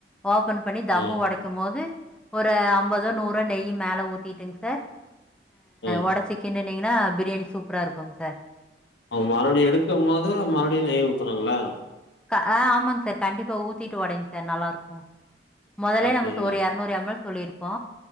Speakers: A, in the centre; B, on the left (about 80°).
A: ஓப்பன் பண்ணி தம்மு
B: ம்,
A: ஒடைக் கும் போது ஒரு அம்பதோ நூறோ நெய்யி மேல ஊத்திட்டுங்க சார்
B: ம்.
A: ஒடச்சிக் கிண்டுனீங்கன்னா பிரியாணி சூப்பரா இருக்குங்க சார்
B: ஆ மறுபடியு எடுக்கும் போது மறுபடியு நெய் ஊத்தனுங்களா
A: க ஆ ஆமாங்க சார் கண்டிப்பா ஊத்திட்டு ஒடைங்க சார் நல்லாருக்கு மொதலே
B: அப்டிங்களா?
A: நம்ம ஒரு எர நூறு எம் எல் சொல்லிருப்போ